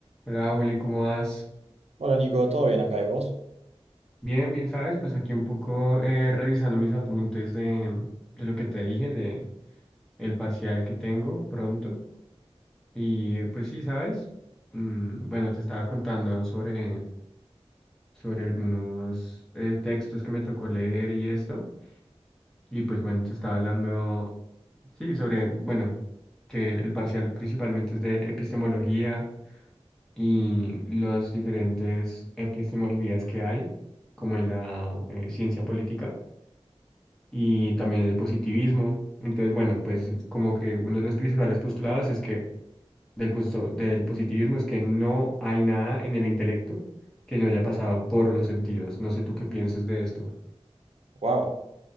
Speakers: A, in the centre; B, on the right.
A: Hola, Juli, ¿cómo vas?
B: Hola Nico, ¿todo bien acá y vos?
A: Bien, bien, ¿sabes? Pues aquí un poco eh, revisando mis apuntes de, de lo que te dije, de el parcial que tengo pronto. Y eh, pues sí, ¿sabes? Mm, bueno, te estaba contando sobre, sobre algunos eh, textos que me tocó leer y esto. Y pues bueno, te estaba hablando, sí, sobre, bueno, que el parcial principalmente es de epistemología y las diferentes epistemologías que hay, como en la eh, ciencia política y también el positivismo. Entonces, bueno, pues como que uno de los principales postulados es que del, puesto, del positivismo es que no hay nada en el intelecto que no haya pasado por los sentidos. No sé tú qué pienses de esto.
B: Wow,